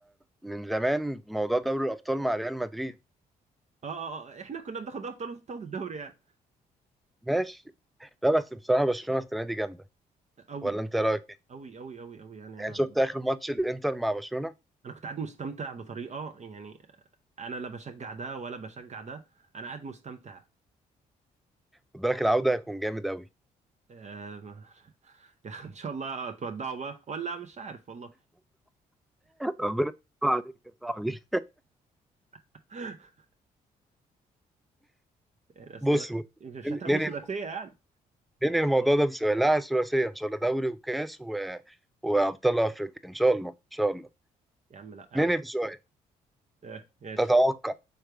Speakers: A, in the centre; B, on the right.
A: من زمان موضوع دوري الابطال مع ريال مدريد
B: اه اه اه احنا كنا بناخد ابطال وانت بتاخد الدوري يعني
A: ماشي لا بس بصراحة برشلونة السنة دي جامدة
B: قوي
A: ولا أنت رأيك إيه؟
B: قوي قوي قوي قوي يعني
A: يعني
B: انا
A: شفت آخر ماتش الإنتر مع برشلونة
B: انا كنت قاعد مستمتع بطريقة يعني انا لا بشجع ده ولا بشجع ده انا قاعد مستمتع
A: خد بالك العودة هيكون جامد أوي
B: آه، <laughs> ان شاء الله تودعوا بقى ولا مش عارف والله
A: ربنا يستر عليك يا صاحبي
B: <laughs> يعني اصل
A: بص بص،
B: مش هتاخدوا
A: ننهي
B: ثلاثية يعني
A: ننهي الموضوع ده بسؤال لا ثلاثية إن شاء الله دوري وكاس و... وأبطال أفريقيا إن شاء الله إن شاء الله
B: يا عم لا يا
A: ننهي
B: عم
A: بسؤال
B: آه، ماشي
A: تتوقع